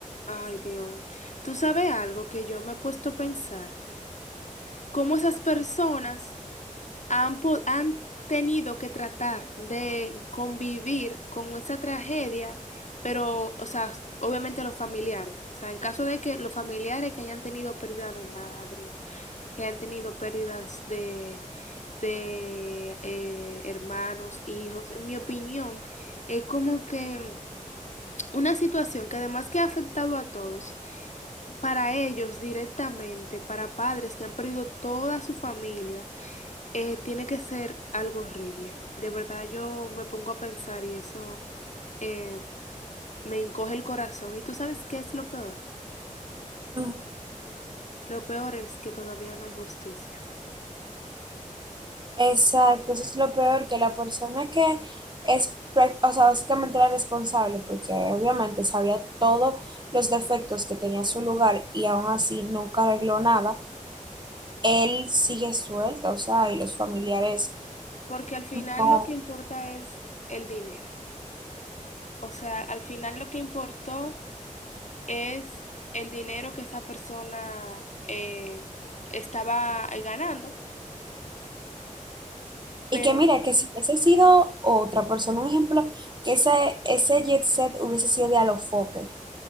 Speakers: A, on the left (about 60°); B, on the right (about 35°).
A: Ay, Dios. Tú sabes algo que yo me he puesto a pensar, cómo esas personas han, po- han tenido que tratar de convivir con esa tragedia, pero, o sea, obviamente los familiares. O sea, en caso de que los familiares que hayan tenido pérdida de madres, que hayan tenido pérdidas de, de eh, hermanos, hijos, en mi opinión, es como que una situación que además que ha afectado a todos, para ellos directamente, para padres que han perdido toda su familia. Eh, tiene que ser algo horrible. De verdad yo me pongo a pensar y eso eh, me encoge el corazón. ¿Y tú sabes qué es lo peor?
B: Ujú.
A: Lo peor es que todavía no hay justicia.
B: Exacto, eso es lo peor, que la persona que es, prá- o sea, básicamente la responsable, porque obviamente sabía todos los defectos que tenía su lugar y aún así nunca arregló nada, él sigue suelto, o sea, y los familiares
A: Porque al final
B: no.
A: lo que importa es el dinero. O sea, al final lo que importó es el dinero que esa persona eh, estaba ganando. Pero
B: Y que mira, que si hubiese sido otra persona, un ejemplo, que ese, ese jet set hubiese sido de Alofoque,